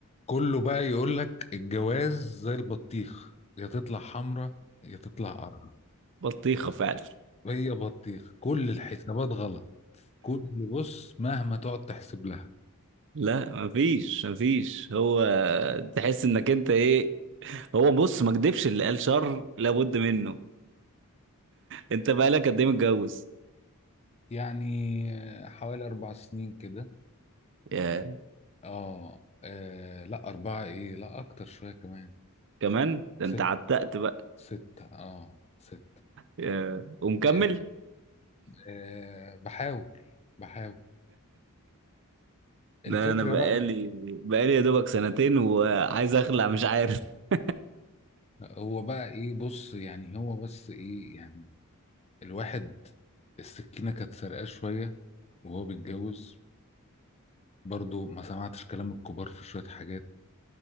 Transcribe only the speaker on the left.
كله بقى يقول لك الجواز زي البطيخ يا تطلع حمرا يا تطلع قرعة
هي بطيخ كل الحسابات غلط كل بص مهما تقعد تحسب لها
يعني آه، حوالي أربع سنين كده
اه آه، لا أربعة إيه لا أكتر شوية كمان
ست
ستة اه ستة
آه آه بحاول بحاول الفكرة
بقى
هو بقى إيه بص يعني هو بس إيه يعني الواحد السكينة كانت سرقاه شوية وهو بيتجوز برضو ما سمعتش كلام الكبار في شوية حاجات